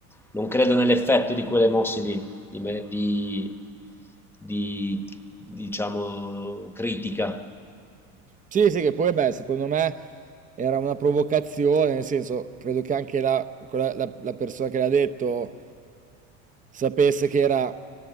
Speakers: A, in the centre; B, on the right.
A: non credo nell'effetto di quelle mosse lì, di, me- di- di, diciamo, critica
B: Sì, sì, che poi, beh, secondo me era una provocazione, nel senso, credo che anche la, quella- la- la persona che l'ha detto sapesse che era